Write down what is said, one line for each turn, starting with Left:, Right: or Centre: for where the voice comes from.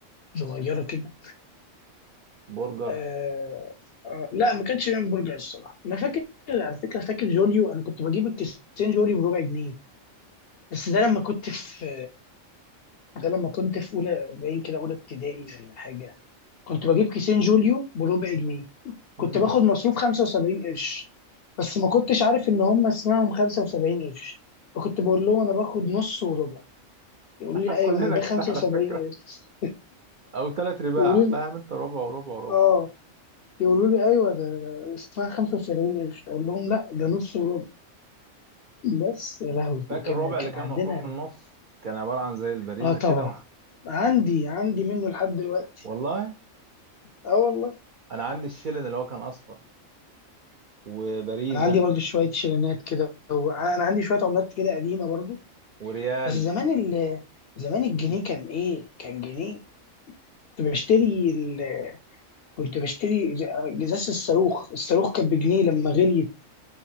Left: صغيرة كده
Right: برجر
Left: آه آه لا ما كانش بيعمل برجر الصراحة انا فاكر على فكرة فاكر جوليو انا كنت بجيب الكيسين جوليو بربع جنيه بس ده لما كنت في ده لما كنت في اولى باين كده اولى ابتدائي ولا حاجه كنت بجيب كيسين جوليو بربع جنيه كنت
Right: مم.
Left: باخد مصروف 75 قرش بس ما كنتش عارف ان هم اسمهم 75 قرش فكنت بقول لهم انا باخد نص وربع يقولوا
Right: <laughs>
Left: لي ايوه
Right: كلنا
Left: ما ده
Right: كده
Left: 75
Right: على فكرة
Left: قرش
Right: أو تلات رباع
Left: يقولوا
Right: فاهم
Left: لي
Right: أنت ربع وربع وربع
Left: اه يقولوا لي ايوه ده اسمها 75 قرش اقول لهم لا ده نص وربع بس يا لهوي
Right: فاكر
Left: كان
Right: الربع
Left: كان
Right: اللي كان
Left: عندنا
Right: مخروم من النص كان عبارة عن زي البريزة
Left: اه طبعا
Right: كده
Left: عندي عندي منه لحد دلوقتي
Right: <laughs> والله
Left: اه والله
Right: أنا عندي الشيلن اللي هو كان أصفر وبريزة
Left: انا عندي برضو شويه شيرينات كده وانا عندي شويه عملات كده قديمه برضو
Right: وريال
Left: بس زمان ال... زمان الجنيه كان ايه كان جنيه كنت بشتري ال... كنت بشتري ج- ازازه الصاروخ الصاروخ كان بجنيه لما غليت